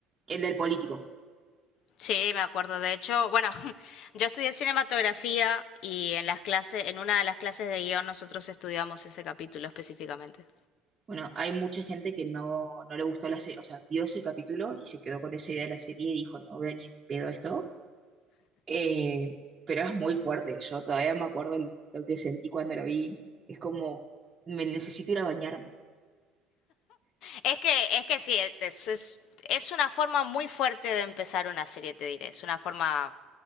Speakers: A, on the right (about 25°); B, on the left (about 65°).
A: el del político.
B: Sí, me acuerdo. De hecho, bueno, <laughs> yo estudié cinematografía y en las clases, en una de las clases de guión nosotros estudiamos ese capítulo específicamente.
A: Bueno, hay mucha gente que no, no le gustó la serie, o sea, vio ese capítulo y se quedó con esa idea de la serie y dijo, no veo ni en pedo esto. Eh, pero es muy fuerte, yo todavía me acuerdo el- lo que sentí cuando lo vi. Es como, me necesito ir a bañarme.
B: Es que, es que sí, es, es, es una forma muy fuerte de empezar una serie, te diré. Es una forma